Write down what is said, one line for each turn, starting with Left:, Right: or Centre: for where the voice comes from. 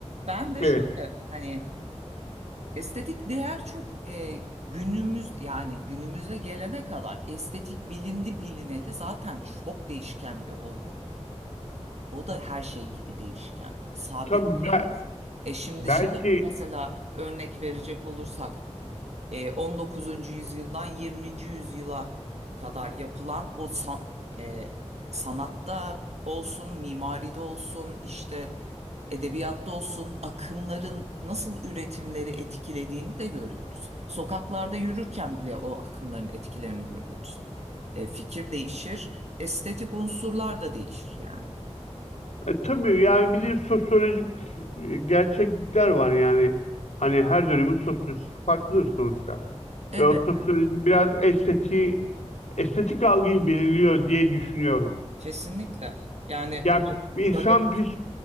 Right: Ben de
Left: Evet.
Right: şöyle hani estetik değer çok e, günümüz yani günümüze gelene kadar estetik bilindi bilineli zaten çok değişken bir olgu. O da her şey gibi değişken. Sabit
Left: Tabii
Right: diyemeyiz.
Left: be-
Right: E şimdi
Left: belki
Right: şey mesela örnek verecek olursak e, 19. yüzyıldan 20. yüzyıla kadar yapılan o san- e, sanatta olsun, mimaride olsun, işte edebiyatta olsun akımların nasıl üretimleri etkilediğini de görüyoruz. Sokaklarda yürürken bile o akımların etkilerini görüyoruz. E, fikir değişir, estetik unsurlar da değişir yani.
Left: e, tabii yani bir de sosyolojik e, gerçeklikler var yani. Hani her dönemin sosyolojisi farklıdır sonuçta.
Right: Elbette.
Left: Ve o sosyoloji biraz estetiği, estetik algıyı belirliyor diye düşünüyorum.
Right: Kesinlikle. Yani
Left: Ya
Right: da-
Left: insan
Right: Dadaizm.
Left: pis